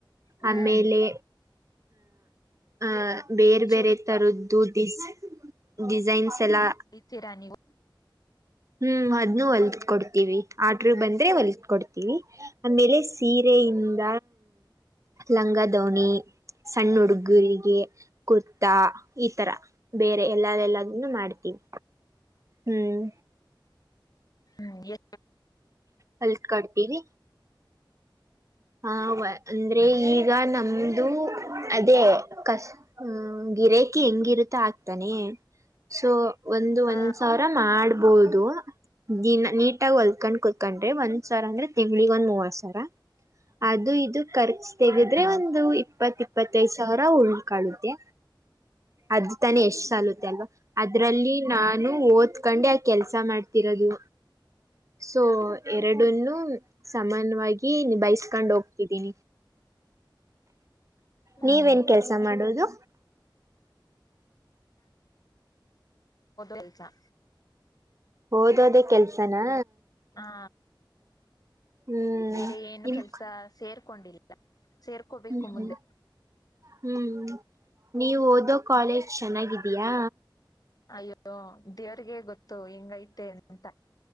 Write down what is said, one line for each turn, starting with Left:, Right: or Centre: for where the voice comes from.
Left: ಹ್ಮ್
Right: ಆಮೇಲೆ ಆ ಬೇರೆ
Left: ಚೂಡಿ
Right: ಬೇರೆ ತರದ್ದು ದಿಸ್ ಡಿಸೈನ್ಸ್. ಎಲ್ಲಾ
Left: ತಿರಾ ನೀವು
Right: ಹ್ಮ್ ಅದನ್ನು ಹೊಲ್ದ್ ಕೊಡ್ತೀವಿ ಆಡ್ರು ಬಂದ್ರೆ ಹೊಲ್ದ್ ಕೊಡ್ತಿವಿ ಆಮೇಲೆ ಸೀರೆ. ಇಂದ ಲಂಗಧೋಣಿ. ಸಣ್ಣ ಹುಡುಗುರಿಗೆ ಕುರ್ತಾ ಈ ತರ ಬೇರೆ ಎಲ್ಲ ಎಲ್ಲದನ್ನ ಮಾಡ್ತೀವಿ. ಹ್ಮ್
Left: ಹ್ಮ್ ಎ
Right: ಹಲ್ ಕಟ್ತೀನಿ ಹವ ಅಂದ್ರೆ ಈಗ ನಮ್ದು. ಅದೇ ಕಸ್ ಗಿರಾಕಿ ಹೆಂಗಿರುತ ಆಗ್ತಾನೆ ಸೊ, ಒಂದು
Left: ಹ
Right: ಒಂದ್ ಸಾವಿರ ಮಾಡ್ಬೋದು. ದಿನ ನೀಟಾಗಿ ಹೊಲ್ಕೊಂಡ್ ಕುೂತ್ಕೊಂಡ್ರಿ ಒಂದ್ ಸಾವರ ಅಂದ್ರೆ ತಿಂಗಳಿಗ್ ಒಂದ್ ಮೂವತ್ತು ಸಾವಿರ. ಅದು ಇದು ಖರ್ಚು ತೆೆಗೆದ್ರೆ
Left: ಹ್ಮ್
Right: ಒಂದು ಇಪ್ಪತ್ ಇಪ್ಪತ್ತೈದ್ ಸಾವಿರ ಉಳಿ ಕಳುತ್ತೆ ಅರ್ಜು ತಾನೇ ಎಷ್ಟು ಸಾಲುತ್ತೆ ಅಲ್ವಾ. ಅದ್ರಲ್ಲಿ ನಾನು ಓದ್ಕೊಂಡೆ ಆ ಕೆಲ್ಸ ಮಾಡ್ತಿರೋದು. ಸೊ ಎರಡನ್ನು ಸಮಾನವಾಗಿ ನಿಬಾಯಸ್ಕೊಂಡ್ ಹೋಗ್ತಿದ್ದೀನಿ.
Left: ಹ್ಮ್
Right: ನೀವೇನ್ ಕೆಲ್ಸ ಮಾಡೋದು.
Left: ಬದರ್ ಲಚ್ಚ.
Right: ಓದೋದೇ ಕೆಲ್ಸನಾ,
Left: ಹಾ
Right: ಹ್ಮ್
Left: ಬೇರೆ ಏನು
Right: ನಿಮ್
Left: ಕೆಲ್ಸ ಸೇರ್ಕೊಂಡಿಲ್ಲ. ಸೇರ್ಕೋಬೇಕು
Right: ಹ್ಮ್ ಹ್ಮ್
Left: ಮುಂದೆ
Right: ಹ್ಮು ನೀವು ಓದೋ ಕಾಲೇಜ್ ಚೆನ್ನಾಗಿದೀಯಾ.
Left: ಅಯ್ಯೋ ದೇವ್ರಿಗೆ ಗೊತ್ತು ಹಿಂಗೈತೆೇ ಅಂತ.